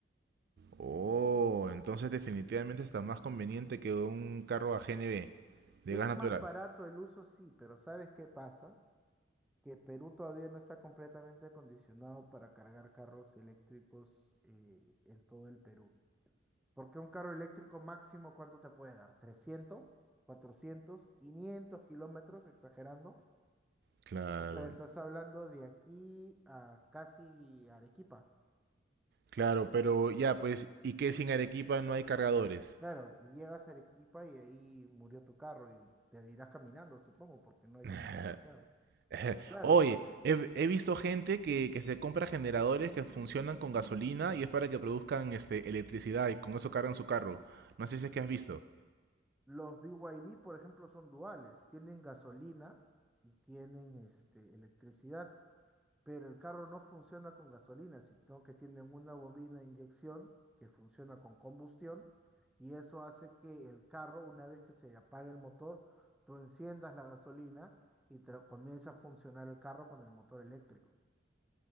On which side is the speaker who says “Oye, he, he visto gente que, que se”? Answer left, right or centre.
Right